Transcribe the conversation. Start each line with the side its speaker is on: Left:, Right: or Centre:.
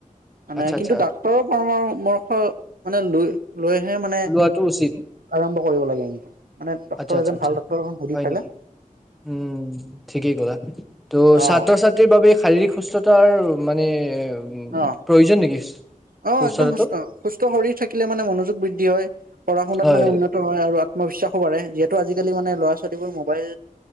Right: মানে
Centre: আচ্ছা আচ্ছা
Right: কিন্তু ডাক্তৰৰ পৰামৰ্শ মানে লৈ। লৈহে মানে
Centre: লোৱাটো উচিত
Right: আৰম্ভ কৰি লাগে। মানে ডক্তৰ
Centre: আচ্ছা - আচ্ছা
Right: এজন
Centre: - আচ্ছা
Right: ভাল ডক্তৰ এখন সুধি
Centre: হয়
Right: পেলাই
Centre: নেকি উম ঠিকেই কলা ত' ছাত্ৰ
Right: অ
Centre: ছাত্ৰীৰ বাবোব শাৰীৰিক সুস্থতাৰ মানে। উম
Right: অহ
Centre: প্ৰয়োজন নেকি
Right: - অহ
Centre: সুস্থতাটো
Right: একদম সুস্থ - সুস্থ শৰীৰ থাকিলে মানে মনোযোগ বৃদ্ধি হয়। পঢ়া শুনাত
Centre: হয়
Right: মানে উন্নত হয় আৰু ই বিশ্বাসো বাঢ়ে যিহেতু আজিকালি মানে ল'ৰা ছোৱালীবোৰ মোবাইল